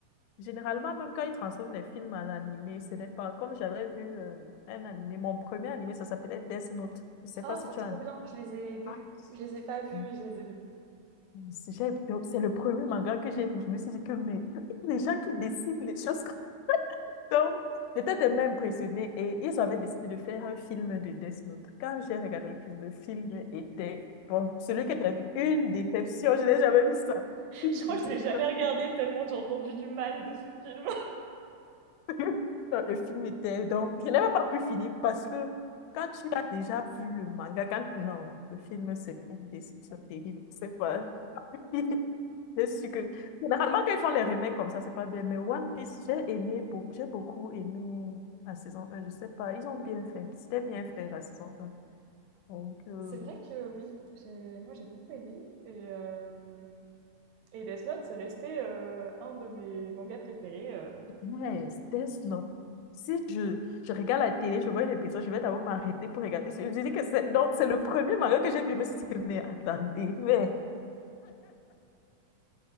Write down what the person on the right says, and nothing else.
Oh,
c'est
trop
bien. Je les ai lus.
Je les ai pas vus,
mais je les ai lus.
<laughs>
Je crois
que je l'ai jamais regardé tellement j'ai entendu du mal de ce film.
C'est vrai que oui, j'ai- moi j'ai beaucoup aimé. Et, euh, et Death Note, c'est resté euh, un de mes mangas préférés. euh.